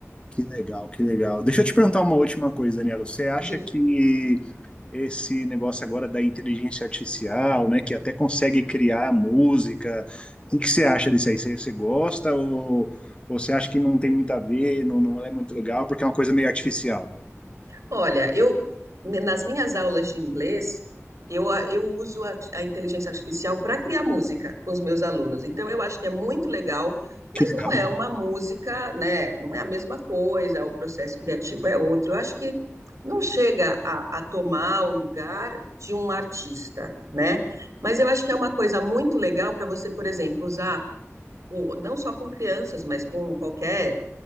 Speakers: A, on the left; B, on the right.
A: que legal, que legal. Deixa eu te perguntar uma última coisa, Daniela. Você acha
B: <laughs> Dica.
A: que esse negócio agora da inteligência artificial, né, que até consegue criar música, o que que você acha disso aí? Você, você gosta ou, ou você acha que não tem muito a ver, não, não é muito legal, porque é uma coisa meio artificial?
B: Olha, eu nas minhas aulas de inglês, eu, a- eu uso a, a inteligência artificial para criar música com os meus alunos. Então, eu acho que é muito legal, mas
A: Que legal.
B: não é uma música, né? Não é a mesma coisa, o processo criativo é outro. Eu acho que não chega a, a tomar o lugar de um artista, né? Mas eu acho que é uma coisa muito legal para você, por exemplo, usar. o- Não só com crianças, mas com qualquer